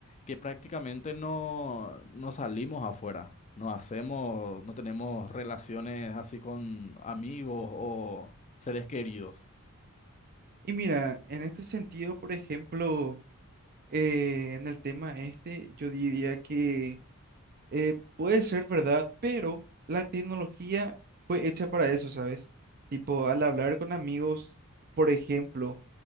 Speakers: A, on the left; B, on the right.
A: que prácticamente no, no salimos afuera, no hacemos, no tenemos relaciones así con amigos o seres queridos.
B: Y mira, en este sentido, por ejemplo, eh, en el tema este, yo diría que Eh, puede ser verdad, pero la tecnología fue hecha para eso, ¿sabes? Tipo, al hablar con amigos, por ejemplo,